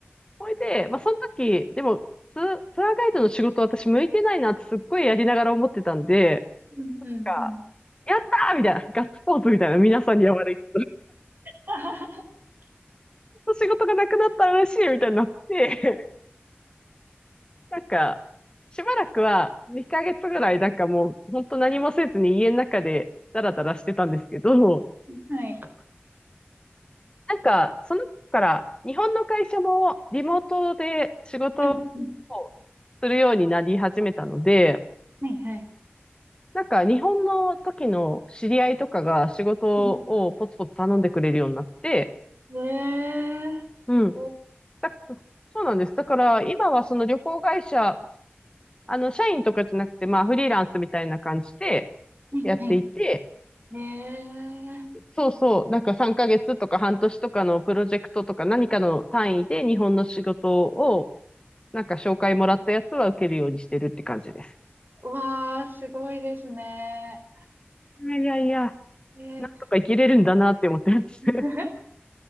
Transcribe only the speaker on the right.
うん。
うん。うん。
<laughs>
はい。
うん。うん
はい。はい。
うんえー、
すご
い。
はい。はい。えー。
うわー、すごいですね。
え
<laughs>